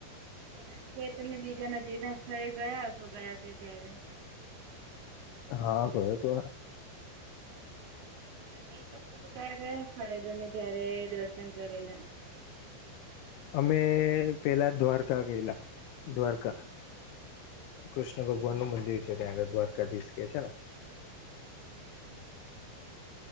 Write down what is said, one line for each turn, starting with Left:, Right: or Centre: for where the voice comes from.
Right: એના સિવાય તમે બીજા નજીક ના સ્થળે ગયા હ છો ગયા છે, ત્યારે
Left: હા કો તો
Right: મ શ ત છડ દને તારે દર્શન કરલા
Left: અમે પેલા દ્વારકા ગયેલા દ્વારકા કૃષ્ણ ભગવાન નું મંદિર છે ત્યાં આગળ દ્વારકાધીશ કે છને.
Right: હમ